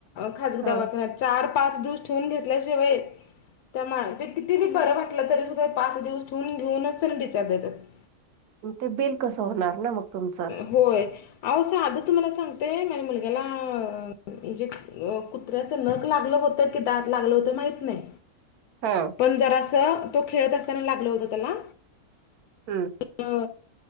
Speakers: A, on the left (about 85°); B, on the right (about 85°).
A: खाजगी
B: हा
A: दवाखान्यात चार पाच दिवस ठेवून घेतल्या शिवाय त्या मा ते किती बी बरं वाटलं तरी सुद्धा पाच दिवस ठेवून घेऊनच त्यांना डिस्चार्ज चारज देतात
B: ते बिल कसं होणार ना मग तुमचं
A: होय अ असं आध तुम्हाला सांगतेय माझ्या मुलग्याला म्हणजे अ कुत्र्याच नख लागलं होतं की दात लागलं होतं माहित नाही
B: हा
A: पण जरा अस तो खेळत असताना लागल होत त्याला
B: हम्म
A: अ,